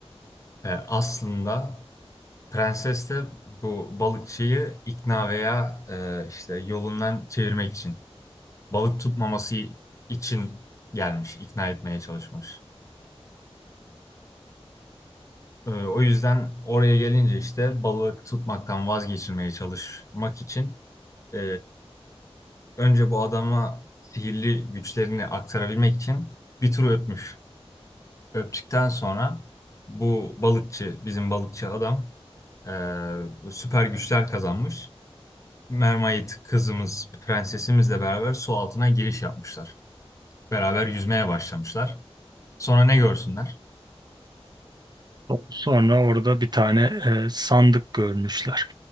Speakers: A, on the left; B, on the right.
A: Ee, aslında prenses de bu balıkçıyı ikna veya e, işte yolundan çevirmek için. Balık tutmaması için gelmiş, ikna etmeye çalışmış. Ee, o yüzden oraya gelince işte balık tutmaktan vazgeçirmeye çalışmak için e, Önce bu adama sihirli güçlerini aktarabilmek için bir tur öpmüş. Öptükten sonra bu balıkçı, bizim balıkçı adam eee, süper güçler kazanmış. Mermaid kızımız, prensesimizle beraber su altına giriş yapmışlar. Beraber yüzmeye başlamışlar. Sonra ne görsünler?
B: Sonra orada bir tane e, sandık görmüşler.